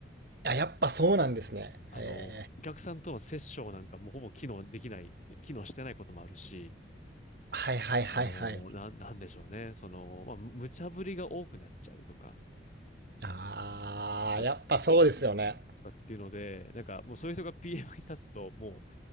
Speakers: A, on the right; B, on the left.
A: あ、やっぱそうなんですね。
B: あの、
A: えー、
B: お客さんとのセッションなんかもうほぼ機能できない、機能してないこともあるし、
A: はいはいはいはい。
B: あの、な、なんでしょうね。その、まあ、無茶ぶりが多くなっちゃうとか、
A: あー、
B: とか
A: やっぱそうですよね。
B: とかっていうので、なんかもうそういう人が PM に立つと、もう、